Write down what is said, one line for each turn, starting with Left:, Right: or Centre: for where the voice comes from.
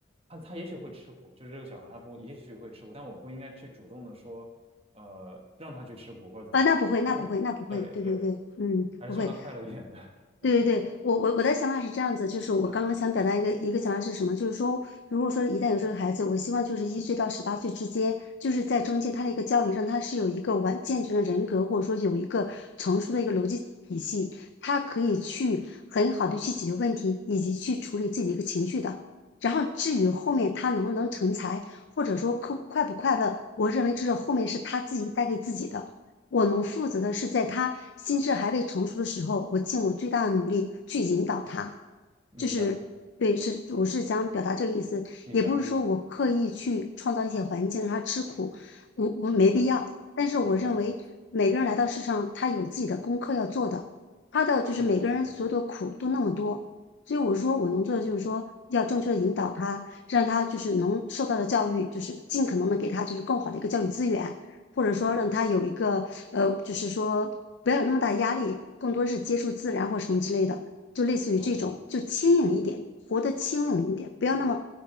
Right: 他他也许会吃苦，就是这个小孩他不也许会吃苦，但我不应该去主动的说，呃，让他去吃苦或者怎么样，
Left: 啊，那不会，那不会，
Right: 就是我对对，
Left: 那不会，对对对，嗯，
Right: 还是希望他快乐一点的。
Left: 不会。对对对，
Right: <laughs>
Left: 我我我的想法是这样子，就是我刚刚想表达一个一个想法是什么，
Right: 嗯，
Left: 就是说，如果说一旦有这个孩子，我希望就是一岁到十八岁之间，就是在中间他的一个教育，让他是有一个完健全的人格，或者说有一个成熟的一个逻辑体系，他可以去很好的去解决问题，以及去处理自己的一个情绪的。然后至于后面他能不能成才，或者说快快不快乐，我认为这是后面是他自己带给自己的。我能负责的是，在他心智还未成熟的时候，我尽我最大的努力去引导他，
Right: 明白，
Left: 就是对，是我是想表达这个意思，
Right: 明白，
Left: 也不是说我刻意去创造一些环境让他吃苦，
Right: 明白，
Left: 我我没必要。但是我认为每个人来到世上，
Right: 明白，
Left: 他有自己的功课要做的，他的就是每个人所有的苦都那么多，
Right: 是的，是的，
Left: 所以我说我能做的就是说要正确的引导他，让他就是能受到的教育，就是尽可能的给他就是更好的一个教育资源，或者说让他有一个呃，就是说不要有那么大压力，更多是接触自然或什么之类的。就类似于这种，
Right: 懂了。
Left: 就轻盈一点，活得轻盈一点，不要那么